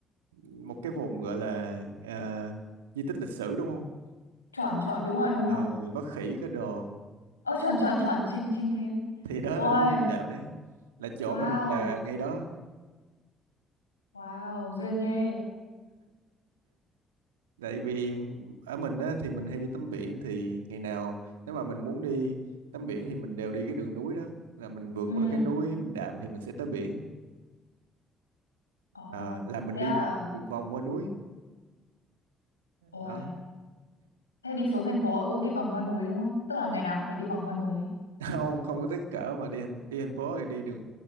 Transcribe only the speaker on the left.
chuẩn chuẩn đúng rồi đúng rồi
ơ chuẩn chuẩn chuẩn chính chính thế
ôi
wow
wow duyên ghê
Ừ.
Ồ,
thế
là
ôi,
thế đi xuống thành phố cũng đi vòng qua núi đúng không? Tức là ngày nào cũng phải đi vòng qua núi.